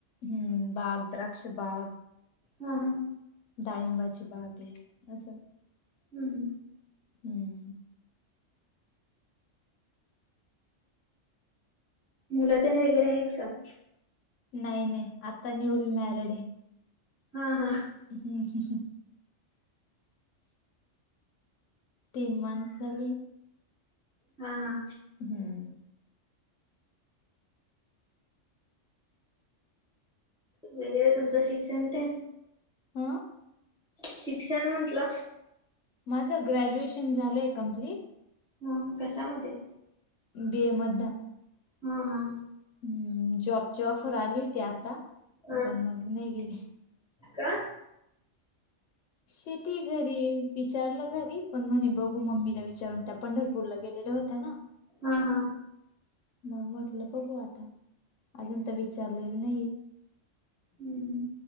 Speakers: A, on the left (about 75°); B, in the centre.
A: हम्म बाग द्राक्षे बाग
B: हा हा
A: डाळिंबाची बाग हेय असं
B: हम्
A: हम्म
B: मुलं तेन वगैरे आहेत का?
A: नाही नाही आता न्यू मॅरेड हेय
B: हा हा
A: <unintelligible> तीन मंथ झालेत
B: हा हा
A: हम्म
B: वगैरे तुमचं शिक्षण तेन?
A: हं
B: शिक्षण म्हटलं?
A: माझं ग्रॅज्युएशन झालंय कंप्लीट.
B: हमं कशामध्ये?
A: बी ए मधनं
B: हां हां
A: हम्म जॉबची ऑफर आली होती आता,
B: हा
A: पण मग नाही गेली.
B: का?
A: शेती घरी, विचारलं घरी पण म्हणे बघू मम्मीला विचारून त्या पंढरपूरला गेलेल्या होत्या ना.
B: हां हा
A: मग म्हटलं बघू आता, अजून तर विचारलेलं नाहीये
B: हम्म.